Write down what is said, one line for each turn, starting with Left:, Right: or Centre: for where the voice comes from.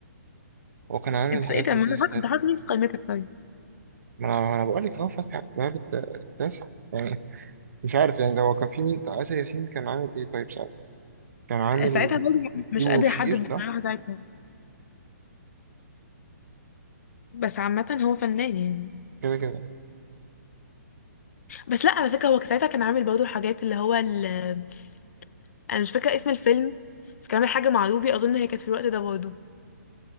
Right: هو كان عامل
Left: انت
Right: حاجات
Left: ايه ده
Right: لذيذة
Left: ما انا حاط- ده حاطط مين في قائمتك طيب
Right: ما أنا ما أنا بقول لك أهو فتحي عبد الوهاب الت- التاسع يعني مش عارف يعني هو كان في مين آسر ياسين كان عامل إيه طيب ساعتها كان عامل
Left: ساعتها برضو مش
Right: ديبو
Left: قادرة
Right: وبشير
Left: احدد
Right: صح
Left: بصراحة ساعتها بس عامة هو فنان يعني
Right: كده كده
Left: بس لا على فكرة هو ساعتها كان عامل برضو حاجات اللي هو ال- انا مش فاكرة اسم الفيلم بس كان عامل حاجة مع روبي اظن هي كانت في الوقت ده برضو